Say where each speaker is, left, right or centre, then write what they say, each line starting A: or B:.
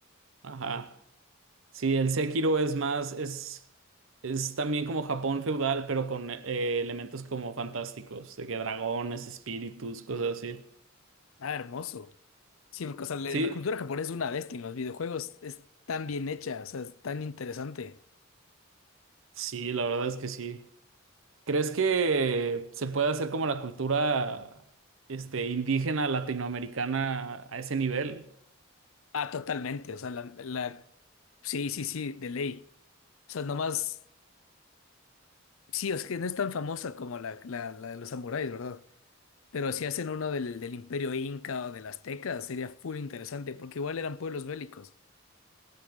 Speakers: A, on the right; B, on the left.
A: Ajá. Sí, el Sekiro es más, es, es también como Japón feudal, pero con eh, elementos como fantásticos, de que dragones, espíritus, cosas así.
B: Ah, hermoso. Sí, porque o sea, le-
A: Sí,
B: la cultura japonesa es una bestia en los videojuegos, es tan bien hecha, o sea, es tan interesante.
A: sí, la verdad es que sí. ¿Crees que se puede hacer como la cultura este, indígena latinoamericana a ese nivel?
B: Ah, totalmente, o sea, la, la- sí, sí, sí, de ley. O sea, nomás, sí, es que no es tan famosa como la, la, la de los samuráis, ¿verdad? Pero si hacen uno del, del Imperio Inca o del Azteca, sería full interesante, porque igual eran pueblos bélicos.